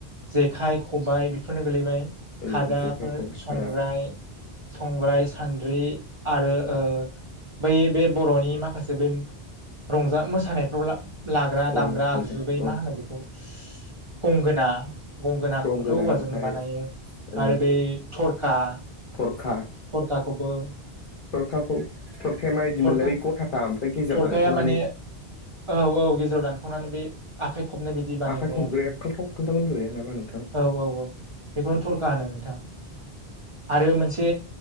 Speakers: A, on the right; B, on the left.
A: जेखाइ खबाइ बेफोरनो गोलैबाय।
B: ओ
A: खादाफोर
B: जेखाइ खबाइ
A: संग्राय।
B: खादा
A: संग्राय-सान्द्रि आरो ओ। बै बे बर'नि माखासे बै रंजा मोसानायफ्राव ला लाग्रा।
B: औ
A: दामग्रा
B: नोंथां
A: आगजु, बै
B: औ
A: मा होनो बेखौ गंगोना गंगोनाखौबोथ'
B: गंगोना
A: औवाजोंनो
B: ओमफ्राय
A: बानायो
B: ओ
A: आरो बै। थरखा
B: थरखा
A: थरखाखौबो
B: खाखौ थरखाया माबायदि
A: थरखा
B: मोनलाय बै गथाथा ओमफ्राय गेजेर
A: थरखाया
B: दानखावनानै
A: माने औ औ गेजेराव दानख'नानै बे आखाइ खबनाय बाय दि बानायग्राया
B: आखाइ खबग्राया
A: बेयो
B: खाल्थाव खाल्थाव होनग्राया नामा नोंथां
A: औ औ औ बेखौनो
B: औ
A: थरखा होनो नोंथां। आरो मोनसे